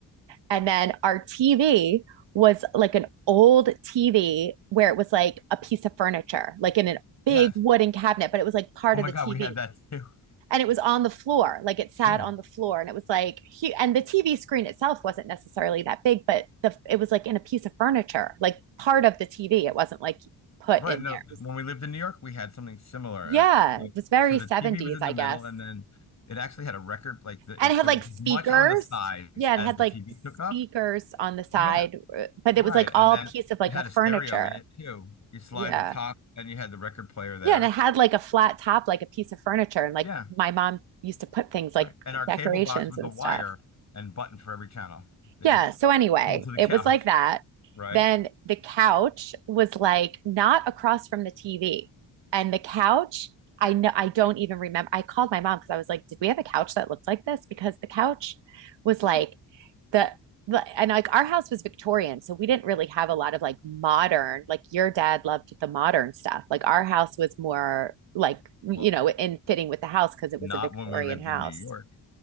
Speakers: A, on the right; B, on the left.
A: And then our TV was like an old TV where it was like a piece of furniture, like in an big
B: Yes.
A: wooden cabinet, but it was like part
B: Oh my
A: of the
B: God,
A: TV.
B: we had that too. <laughs>
A: and it was on the floor like it sat
B: Yeah.
A: on the floor and it was like he, and the tv screen itself wasn't necessarily that big but the it was like in a piece of furniture like part of the tv it wasn't like put
B: Right.
A: in
B: No,
A: there it was,
B: when we lived in New York, we had something similar.
A: yeah
B: And uh, like,
A: it was very
B: so the
A: 70s
B: TV was in
A: i
B: the middle,
A: guess
B: and then it actually had a record like the,
A: and
B: it
A: it had
B: there
A: like
B: was
A: speakers
B: as much on the sides
A: yeah it
B: as
A: had
B: the
A: like
B: TV took up.
A: speakers on the side
B: Yeah.
A: uh, but
B: Right.
A: it was like
B: And
A: all
B: then
A: piece of like
B: it had
A: a furniture
B: a stereo in it too. You slide
A: yeah
B: the top and you had the record player there.
A: yeah and it had like a flat top like a piece of furniture and like
B: Yeah,
A: my mom used to put things like
B: right. And our
A: decorations
B: cable box with
A: and
B: the wire
A: stuff
B: and button for every channel that
A: Yeah.
B: you
A: So anyway,
B: <laughs> pulled to the
A: it
B: couch,
A: was like that.
B: right?
A: Then the couch was like not across from the TV. And the couch, I know I don't even remember. I called my mom because I was like, did we have a couch that looked like this? Because the couch was
B: Hmm.
A: like the and like our house was Victorian, so we didn't really have a lot of like modern, like your dad loved the modern stuff. Like our house was more like, you
B: Well,
A: know, in fitting with the house because it
B: not
A: was a Victorian
B: when we lived
A: house.
B: in New York.